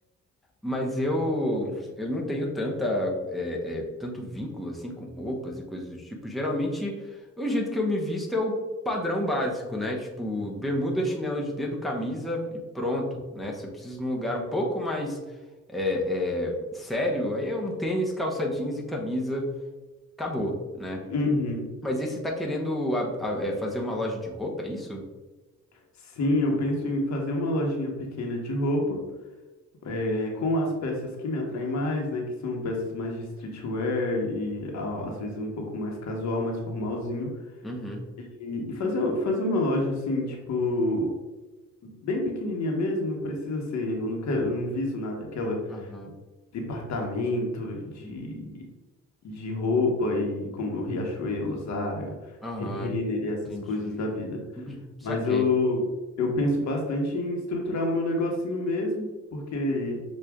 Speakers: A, in the centre; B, on the left (about 65°).
A: Mas eu, eu não tenho tanta, é, é, tanto vínculo assim com roupas e coisas do tipo. Geralmente, o jeito que eu me visto é o padrão básico, né? Tipo, bermuda, chinelo de dedo, camisa e pronto, né? Se eu preciso de um lugar um pouco mais é, é, sério, aí é um tênis, calça jeans e camisa, acabou, né?
B: Uhum.
A: Mas aí você tá querendo a- a- é, fazer uma loja de roupa, é isso?
B: Sim, eu penso em fazer uma lojinha pequena de roupa é, com as peças que me atraem mais, né? Que são peças mais de streetwear e a- às vezes um pouco mais casual, mais formalzinho.
A: Uhum,
B: E, e fazer, fazer uma loja assim, tipo, bem pequenininha mesmo, não precisa ser, eu não quero, eu não viso nada, aquela
A: aham,
B: departamento de, de roupa e como Riachuelo, Zara,
A: aham,
B: Re- Renner e
A: entendi.
B: essas coisas da vida.
A: <clears throat> Saquei.
B: Mas eu, eu penso bastante em estruturar o meu negocinho mesmo, porque